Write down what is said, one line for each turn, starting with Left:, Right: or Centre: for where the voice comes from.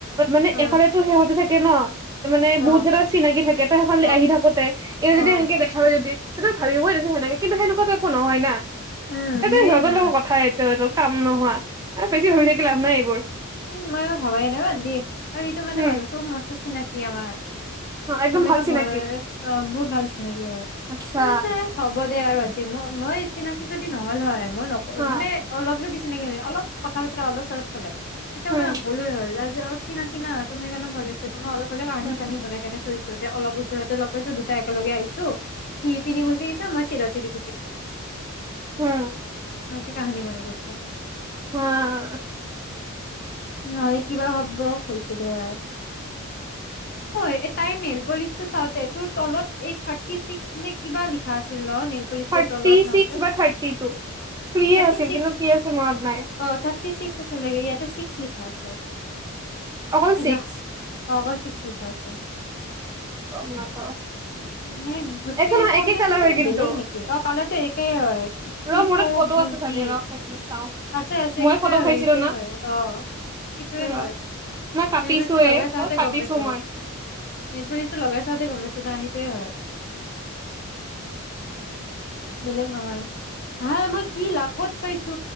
Right: মানে
Left: অ
Right: এফালেতো সেহঁতে থাকে কেন মানে
Left: অ
Right: বহুত কেইটা চিনাকি থাকে। তে সেইফালে
Left: অ
Right: আহি থাকোতে এই যদি
Left: অ
Right: এনেকে দেখা পায় যদি সিটো ভাবিবৈয়ে দেচোন সেনেকে কিন্ত সেনেকুৱাটো একো নহয় না।
Left: উম
Right: এইটো
Left: সেয়ে
Right: সিহঁতৰ
Left: না
Right: লগৰ কথা এইটো এইটো কাম নোহোৱা। পিছে হয় দে কি লাভ নাই এইবোৰ।
Left: উম মই একো ভাবাই নাই বাদ দি আৰু এইটো মানে
Right: উম
Left: মানুহ টো মস্ত চিনাকি। কিয়াবাৰ <unintelligible>
Right: একদম
Left: তুমিতো
Right: ভাল চিনাকি
Left: ঘৰৰে। অ বহুত ভাল চিনাকি হয়
Right: আচ্ছা
Left: ছাৰ <unintelligible> হ'ব দে আৰু। মই চিনাকি যদি নহ'ল হয় মই নক
Right: হা
Left: মানে অলপ যদি চিনাকি অলপ কথা বতৰা অলপ চলপ চলে। তেতিয়া
Right: উম
Left: মই কলোৱে হয় ত যে <unintelligible> চিনাকি না তুমি সেই কাৰনে ভয় লাগছে। মই অলপ হলে কাহানি
Right: উম
Left: চাহানি বনাই কেনে থছো যে অলপ ওচৰতে লগ পাইছো দুটা একেলগে আহছো সি সিপিনি গুচি আহিছে মই চিধা-চিধি গুচি আহিছো।
Right: হম।
Left: নকি কাহানী বনে কৈছো <unintelligible>
Right: অ'
Left: নহলে কি বা ভাবিব হৈছে দে আৰু। ঐ তাইৰ নেল পলিচটো চাওঁতে তোৰ তলত এই থাৰ্টি চিস্ক নে কিবা লিখা আছিল ন। নেইল পলিচটোৰ
Right: থাৰ্টি
Left: তলত নামটো
Right: ছিস্ক বা থাৰ্টি টো ফ্ৰি
Left: থাৰ্টি
Right: আছিল।
Left: ছিক্স
Right: কিন্তু কি আছিল মনত নাই।
Left: অ থাৰ্টি ছিক্স আছিল চাগে ইয়াতে ছিক্স লিখ আছে
Right: অকল
Left: আয়াহ
Right: ছিক্স
Left: অকল চিক্স লিখা আছে
Right: গম নাপাও
Left: মানে গোটেই
Right: একো নহয়
Left: কম্বিনেশন
Right: একে কালাৰ হয় কিন্তু
Left: বেলেগ নেকি অ কালাৰটো একেই হয় কি
Right: ৰ মোৰত
Left: কক
Right: ফটো
Left: বিউটি
Right: আছে চাগে ৰ মই চাও
Left: আছে আছে
Right: মই
Left: এইটোয়ে
Right: ফটো
Left: হয়
Right: উঠাইছিলো
Left: এইটোৱেই
Right: না
Left: হয় অ সেইটোয়ে
Right: ৰ
Left: হয়
Right: না কাটিছোয়ে
Left: নেট বেচটো লগাই চাওঁতে
Right: অ কাটিছো
Left: গম পাইছো
Right: মই
Left: আৰু নেট বে লগাই চাওঁতে গম পাইছো ন হেটোৱে হয় বেলেগ নহয় হা মই কি লাকত পাইছো